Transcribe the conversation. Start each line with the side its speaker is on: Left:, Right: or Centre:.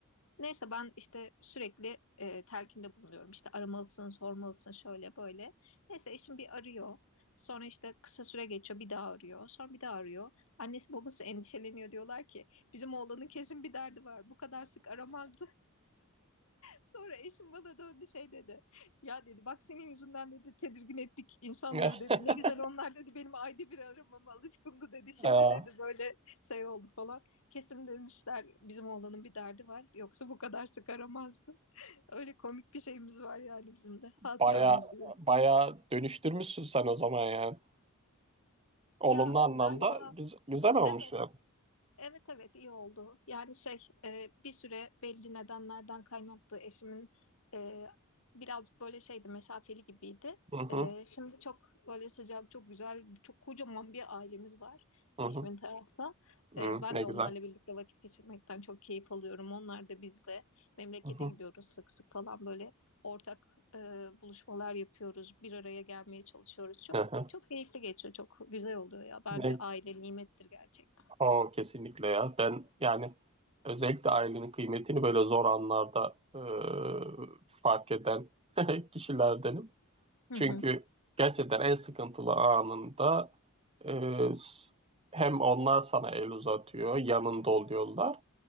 Left: Neyse ben işte sürekli e, telkinde bulunuyorum. İşte aramalısın, sormalısın şöyle böyle. Neyse eşim bir arıyor. Sonra işte kısa süre geçiyor bir daha arıyor. Sonra bir daha arıyor. Annesi babası endişeleniyor diyorlar ki bizim oğlanın kesin bir derdi var. Bu kadar sık aramazdı. Sonra eşim bana döndü şey dedi. Ya dedi bak senin yüzünden dedi tedirgin ettik insanları
Right: <laughs>
Left: dedi. Ne güzel onlar dedi benim ayda bir aramama alışkındı dedi. Şimdi
Right: Ee,
Left: dedi böyle şey oldu falan. Kesin demişler bizim oğlanın bir derdi var. Yoksa bu kadar sık aramazdı. <laughs> Öyle komik bir şeyimiz var yani bizim de hatıramız
Right: Baya
Left: diyor.
Right: baya <laughs> dönüştürmüşsün sen o zaman yani. Olumlu
Left: Ya
Right: anlamda
Left: galiba
Right: güz- güzel olmuş
Left: evet
Right: yani.
Left: Evet evet iyi oldu. Yani şey e, bir süre belli nedenlerden kaynaklı eşimin e, birazcık böyle şeydi mesafeli gibiydi.
Right: Hı hı,
Left: E, şimdi çok böyle sıcak, çok güzel, çok kocaman bir ailemiz var
Right: hı
Left: eşimin
Right: hı,
Left: tarafta.
Right: Hı,
Left: E, ben
Right: ne
Left: de
Right: güzel.
Left: onlarla birlikte vakit geçirmekten çok keyif alıyorum. Onlar da bizle memlekete
Right: Hı hı,
Left: gidiyoruz sık sık falan böyle ortak e, buluşmalar yapıyoruz. Bir araya gelmeye çalışıyoruz çok.
Right: hı hı.
Left: Çok keyifli geçiyor, çok güzel oluyor ya. Bence
Right: Ne,
Left: aile nimettir gerçekten.
Right: o kesinlikle ya. Ben yani özellikle ailenin kıymetini böyle zor anlarda e, fark eden <laughs> kişilerdenim.
Left: Hı
Right: Çünkü
Left: hı.
Right: gerçekten en sıkıntılı anında e, s- hem onlar sana el uzatıyor, yanında oluyorlar.